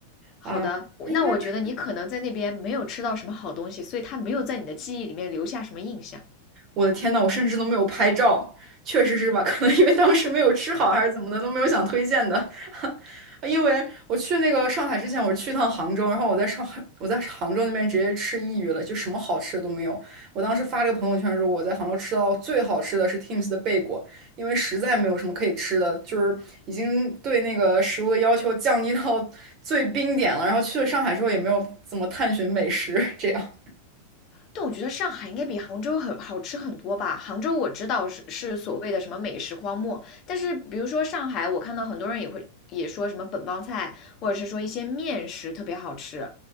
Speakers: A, on the left; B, on the right.
A: 好的，
B: 啊，
A: 我那我觉得你可能在那边没有吃到什么好东西，
B: 应该。
A: 所以它没有在你的记忆里面留下什么印象。
B: 我的天呐，我甚至都没有拍照，确实是吧？<laughs> 可能因为当时没有吃好还是怎么的，都没有想推荐的。<laughs> 因为我去那个上海之前，我是去趟杭州，然后我在上海，我在杭州那边直接吃抑郁了，就什么好吃的都没有。我当时发了个朋友圈说，我在杭州吃到最好吃的是 Teams 的贝果，因为实在没有什么可以吃的，就是已经对那个食物的要求降低到最冰点了。然后去了上海之后，也没有怎么探寻美食，这样。
A: 但我觉得上海应该比杭州很好吃很多吧。杭州我知道是是所谓的什么美食荒漠，但是比如说上海，我看到很多人也会也说什么本帮菜，或者是说一些面食特别好吃。